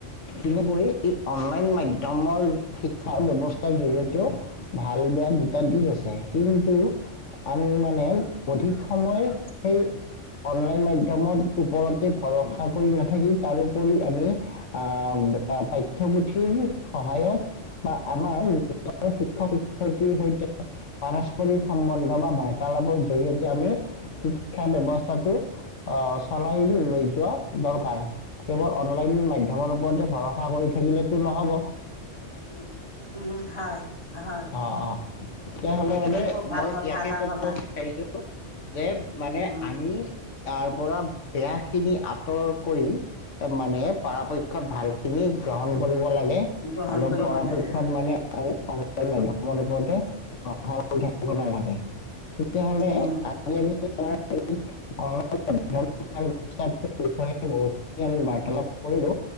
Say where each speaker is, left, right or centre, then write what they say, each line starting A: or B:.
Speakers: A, on the left (about 80°); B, on the left (about 25°).
A: তেনেকৈ, এই অনলাইন মাধয়ম দাঙৰ শিক্ষাৰ ব্যৱস্থাৰ জৰিয়তেও ভাল বেয়া দুটা দিশ আছে। কিন্তু আমি মানে অধিক সময় সেই অনলাইন মাধ্য়মৰ ওপৰতে ভৰসা কৰি নাথাকি তাৰোপৰি আমি আহ পাঠ্য়পুথিৰ সহায়ত বা আমাৰ যি শিক্ষক- শিক্ষয়িত্ৰীৰ সৈতে পাৰস্পৰিক সম্বন্ধ। বাৰ্তালাপৰ জৰিয়তে আমি শিক্ষা ব্য্য়ৱস্থাটো আ' চলাই লৈ যোৱা দৰকাৰ। কেৱল অনলাইন মাধ্যম ৰ ওপৰতে ভৰসা কৰি থাকিলেতো নহব।
B: উম্ উম হয়। হয়
A: অ'অ'। <inaudible> তেতিয়াহ'লে মানে
B: তুমি খুব ভাল
A: মই
B: কথা
A: ইয়াকে
B: এটা
A: ক'ব
B: ক'লা
A: বিচাৰিছো যে, মানে
B: উম
A: আমি তাৰ পৰা বেয়া খিনি আঁতৰ কৰি মানে পৰাপক্ষত ভাল খিনি গ্ৰহণ কৰিব। লাগে।
B: গ্ৰহণ
A: আৰু
B: কৰিব
A: পৰাপক্ষত
B: লাগে
A: মানে <unintelligible> <unintelligible> তেতিয়াহ'লে
B: উম
A: আজি <unintelligible> আমি বাৰ্তালাপ কৰিলো।